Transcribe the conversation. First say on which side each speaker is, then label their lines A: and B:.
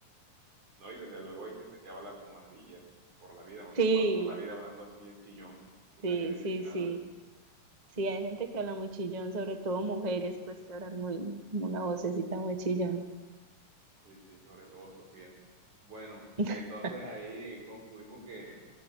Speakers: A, on the right; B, on the right.
A: no, y desde luego hay gente que habla como ardilla por la vida, van,
B: Sí,
A: van por la vida hablando así bien chillón y
B: sí,
A: nadie les
B: sí,
A: dice nada.
B: sí, sí, hay gente que habla muy chillón, sobre todo mujeres, pues que hablan muy, una vocecita muy chillona.
A: Sí, sí, sobre todo Sofía. Bueno, entonces
B: <laughs>
A: ahí concluimos que